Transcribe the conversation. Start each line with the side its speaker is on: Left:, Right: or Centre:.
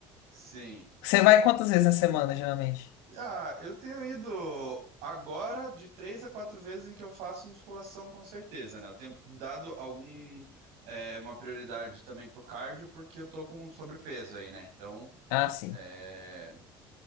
Right: Sim.
Left: Você vai quantas vezes na semana, geralmente?
Right: Ah, eu tenho ido agora de três a quatro vezes em que eu faço musculação, com certeza, né? Eu tenho dado algum, é, uma prioridade também pro cardio, porque eu tô com sobrepeso aí, né? Então,
Left: Ah, sim.
Right: é,